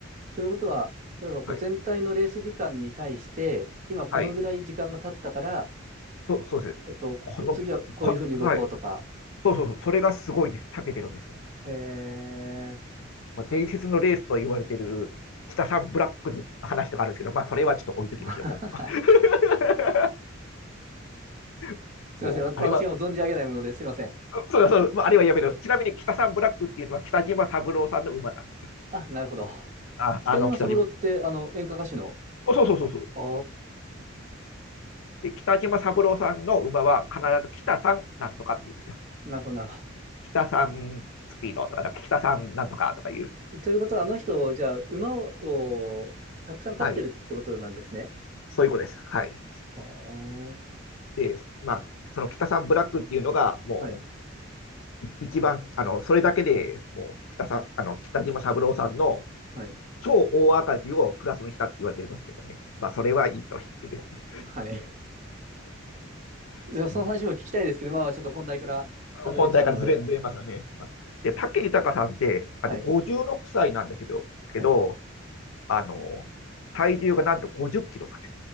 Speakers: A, on the right; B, on the left.
A: ということは、例えばこう全体のレース時間に対して、
B: はい。
A: 今このぐらい時間が経ったから、
B: はい。そそうです。
A: えっと、こ次はこういうふうに動こうとか。
B: この、こ、はい。そうそうそう。それがすごいです。長けてるんですよ。
A: へえ。
B: まあ、伝説のレースと言われている北さんブラックの話とかあるんですけど、まあ、それはちょっと置いときましょう、
A: <laughs>
B: 今回は。
A: はい。
B: <laughs>
A: すいません。
B: もう、
A: わ私がもう存じ上げないものですいません。
B: あれは、そうそう、まあ、あれはやめろ。ちなみに北さんブラックっていうのは北島三郎さんの馬なんですよ。
A: あ、なるほど。
B: あ、
A: 北島三郎って、
B: あの、北島。
A: あの、演歌歌手の。
B: おそうそうそうそう。
A: あ
B: で、北島三郎さんの馬は必ず北さんなんとかって言うんですよ。
A: あ、なるほど、なるほ
B: 北さんスピードとか、北さんなんとかとかいう。
A: ど。ということは、あの人、じゃあ、馬をたくさん飼ってるってことなんですね。
B: はい。そういうことです。はい。
A: ああ、
B: で、まあ、その北さんブラックっていうのが、もう、
A: はい、
B: い一番、あの、それだけでもう北さん、あの、北島三郎さんの
A: はい、
B: 超大赤字をプラスにしたって言われてますけどね。まあ、それはいいとしてですね。
A: はい。じゃあ、
B: <laughs>
A: その話も聞きたいですけど、
B: うん
A: まあまあ、ちょっと本題から外れちゃうので。
B: 本題からずれ、ずれますよね。まあで、武豊さんって、あと56歳なんだけど、
A: はい、はい。
B: けど、あの、体重がなんと50キロだね。